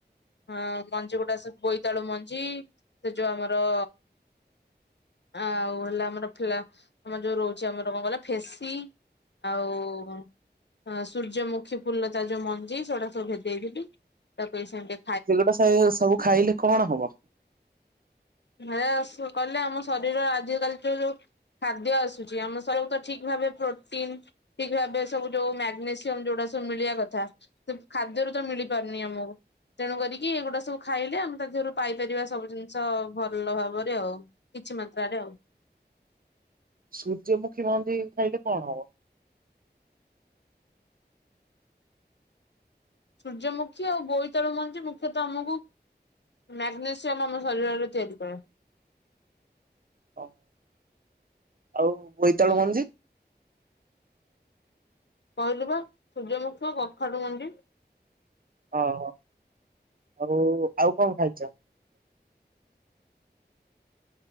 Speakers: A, on the left; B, on the right.
A: ହଁ ମଞ୍ଜିଗୁଡା ବୋଇତାଳୁ ମଞ୍ଜି। ସେ ଯୋଉ ଆମର ଆଉ ହେଲା ଆମର ଫ୍ଲା ଆମର ଯୋଉ ରହୁଛି ଆମର କଣ କହିଲ ଫେସି ଆଉ ଅଁ ସୂର୍ଯ୍ୟମୁଖୀ ଫୁଲ ତାର ଯୋଉ ମଞ୍ଜି ସେଗୁଡା ସବୁ ଭେଦେଇଥିଲି। ତାକୁ ଏଇ ସାଙ୍ଗେ
B: ସେଗୁଡା <unintelligible> ସବୁ ଖାଇଲେ କଣ ହବ?
A: ହେ <unintelligible> କହିଲେ ଆମ ଶରୀର ଆଜିକାଲି ଯୋଉ ଯୋଉ ଖାଦ୍ୟ ଆସୁଛି ଆମ ଶରୀରକୁ ତ ଠିକ୍ ଭାବେ ପ୍ରୋଟିନ୍ ଠିକ୍ ଭାବେ ସବୁ ଯୋଉ ମାଗ୍ନେସିୟମ ଯୋଉଟା ସବୁ ମିଳିବା କଥା ସେ ଖାଦ୍ୟରୁ ତ ମିଳିପାରୁନି ଆମୁକୁ। ତେଣୁ କରିକି ଏଗୁଡା ସବୁ ଖାଇଲେ ଆମେ ତା ଦେହରୁ ପାଇପାରିବା ସବୁ ଜିନିଷ ଭଲ ଭାବରେ ଆଉ କିଛି ମାତ୍ରାରେ ଆଉ
B: ସୂର୍ଯ୍ୟମୁଖୀ ମଞ୍ଜି ଖାଇଲେ କଣ ହବ?
A: ସୂର୍ଯ୍ୟମୁଖୀ ଆଉ ବୋଇତାଳୁ ମଞ୍ଜି ମୁଖ୍ୟତଃ ଆମକୁ ମ୍ୟାଗ୍ନେସିୟମ ଆମ ଶରୀରରେ ତିଆରି କରେ।
B: ହ ଆଉ ବୋଇତାଳୁ
A: ହୁଁ
B: ମଞ୍ଜି
A: କହିଲୁ ବା ସୂର୍ଯ୍ୟମୁଖ କଖାଡୁ ମଣ୍ଡି
B: ଓହୋ ଆଉ ଆଉ କଣ ଖାଇଛ